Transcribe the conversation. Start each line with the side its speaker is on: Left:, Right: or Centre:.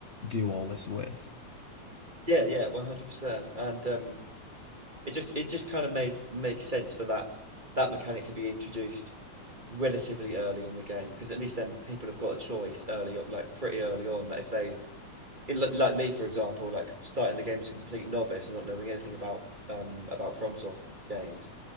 Left: do all this with.
Right: Yeah, yeah, 100%. And um it just it just kind of made makes sense for that that mechanic to be introduced relatively early in the game because at least then people have got a choice early, o- like pretty early on. Like if they, in, li- like me for example, like starting the game as a complete novice and not knowing anything about um about FromSoft games.